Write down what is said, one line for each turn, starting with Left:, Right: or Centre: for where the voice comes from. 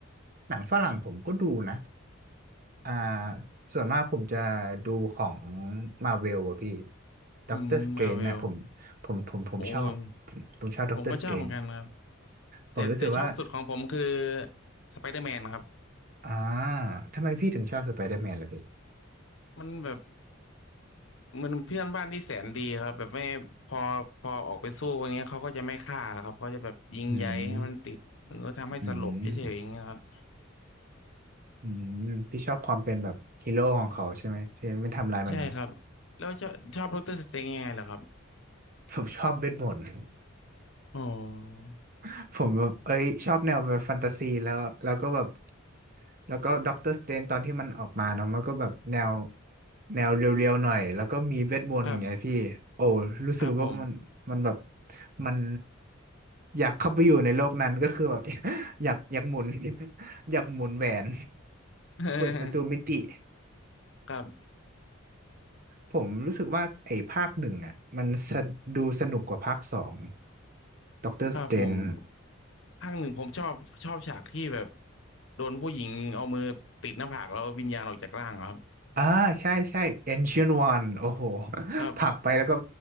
Right: หนังฝรั่งผมก็ดูนะอ่าส่วนมากผมจะดูของมาเวลอะพี่ด็อกเตอร์สเตรนนะผมผมผมผมชอบผมผมชอบด็อกเตอร์สเตรน
Left: อืมมาเวลโอ้ยผมก็ชอบเหมือนกันครับแต่แต่ชอบสุดของผมคือ
Right: ผมรู้สึกว่า
Left: สไปเดอร์แมนครับ
Right: อ่าทำไมพี่ถึงชอบสไปเดอร์แมนล่ะพี่
Left: มันแบบเหมันเพื่อนบ้านที่แสนดีครับแบบไม่พอพอออกไปสู้อย่างเงี้ยเขาก็จะไม่ฆ่าครับเขาจะแบบยิงใยให้มันติดมันก็ทำให้สลบเฉยๆอย่างเงี้ยครับ
Right: อืมอืม อืม พี่ชอบความเป็นแบบฮีโร่ของเขาใช่ไหมพี่ไม่ทำลายมนุษย์
Left: ใช่ครับแล้วชอบชอบดอกเตอรสเตงยังไงเหรอครับ
Right: ผมชอบเวทมนต์
Left: อ๋อ
Right: <laughs> ผมแบบเอ้ยชอบแนวแบบแฟนตาซีแล้วแล้วก็แบบ แล้วก็ด็อกเตอร์สเตนตอนที่มันออกมาเนาะมันก็แบบแนวแนวเรียวๆหน่อยแล้วก็มีเวทมนต์ไงพี่โอ้รู้สึกว่ามันมันแบบ
Left: ครับครับผม
Right: มันอยากเข้าไปอยู่ในโลกนั้นก็คือแบบ <laughs> อยากอยากหมุน <laughs> อยากหมุนแหวน
Left: <laughs>
Right: เปิดประตูมิติ
Left: ครับ
Right: ผมรู้สึกว่าไอ้ภาคหนึ่งอ่ะมันสะดูสนุกกว่าภาคสองด็อกเตอร์สเตน
Left: ครับผมภาคหนึ่งผมชอบชอบฉากที่แบบ โดนผู้หญิงเอามือติดหน้าผากแล้ววิญญาณออกจากร่างอะครับ
Right: อ่าใช่ใช่ Ancient One โอ้โห <laughs>
Left: ครับ
Right: ผลักไปแล้วก็